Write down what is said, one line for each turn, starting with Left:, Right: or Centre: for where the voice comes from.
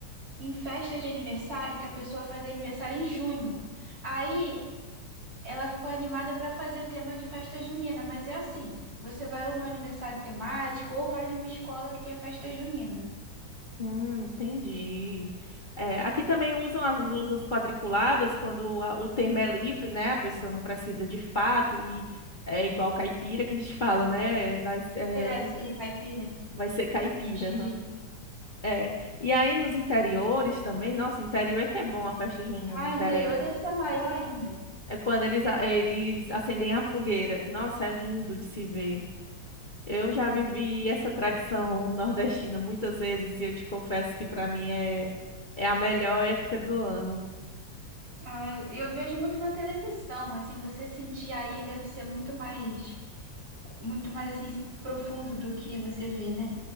Right: em festa de aniversário que a pessoa fazia aniversário em junho. Aí ela ficou animada para fazer tema de festa junina, mas é assim, você vai ou no aniversário temático ou vai numa escola que tem a festa junina.
Left: Hum, entendi. É, aqui também usam as blusas quadriculadas quando a- o tema é livre, né? A pessoa não precisa de fato e é igual caipira que a gente <laughs> fala, né? Vai, ser- é,
Right: É
Left: o-
Right: assim, caipira.
Left: vai ser caipira,
Right: Entendi.
Left: né? É. E aí nos interiores também, nossa, interior é que é bom a festa junina
Right: Ah,
Left: no interior.
Right: interior deve ser maior ainda.
Left: É quando eles, a- eles acendem a fogueira. Nossa, é lindo de se ver. Eu já vivi essa tradição nordestina muitas vezes e eu te confesso que para mim é, é a melhor época do ano.
Right: Ah, eu vejo muito na televisão, assim, você sentir aí deve ser muito mais, muito mais assim profundo do que você vê, né?